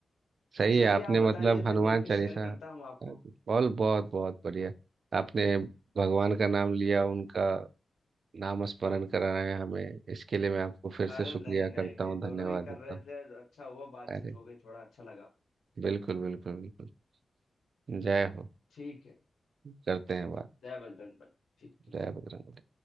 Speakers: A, on the right; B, on the left.
A: सही
B: चलिए
A: है आपने
B: आप बताइए
A: मतलब हनुमान
B: मैं लिंक
A: चालीसा
B: शेयर करता हूँ आपको
A: बहुत बहुत बहुत बढ़िया आपने भगवान का नाम लिया उनका नाम स्मरण कराया हमें इसके लिए मैं आपको फिर से
B: अरे
A: शुक्रिया
B: नहीं नहीं
A: करता
B: नहीं
A: हूँ
B: दोनों
A: धन्यवाद
B: ही कर
A: देता
B: रहे
A: हूँ
B: थे अच्छा हुआ बातचीत
A: अरे
B: हो गई थोड़ा अच्छा लगा
A: बिल्कुल बिल्कुल बिल्कुल जय हो
B: ठीक है
A: करते हैं बात
B: जय बजरंगबली ठीक
A: जय बजरंग